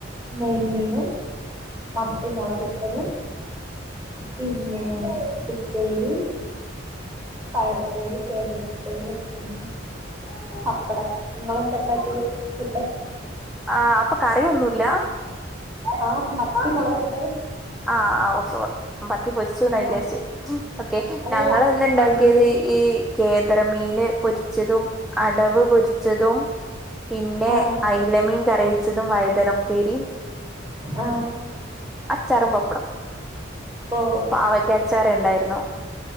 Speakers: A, on the right (about 15°); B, in the centre.
A: നെയ്മീനും മത്തി മൊളക്ട്ടതും പിന്നെ ഉപ്പേരി പയറുപ്പേരി, കേബേജുപ്പേരി ഒക്കെ ഇരുന്നു പപ്പടം നിങ്ങളെന്താപ്പാക്കി ഫുഡ്?
B: ആഹ് അപ്പ കറിയൊന്നുല്ല.
A: ആഹ് മത്തി മൊളക്ട്ടത്.
B: ആഹ് ഓഹ് സോറി പത്തി പൊരിച്ചു
A: ആ
B: വിചാരിച്ചേ ഓക്കെ
A: അല്ല
B: ഞങ്ങള് ഇന്ന് ണ്ടാക്കിയത്
A: നെയ്മീൻ
B: ഈ കേദ്രമീന് പൊരിച്ചതും അടവ് പൊരിച്ചതും പിന്നെ
A: ആ
B: അയ്ലമീൻ കറിവെച്ചതും വഴുതനപ്പേരിയും
A: ആഹ്
B: ച്ചാറും ബപ്പടം
A: പ്പോ
B: പാവയ്ക്ക അച്ചാരണ്ടായിരുന്നു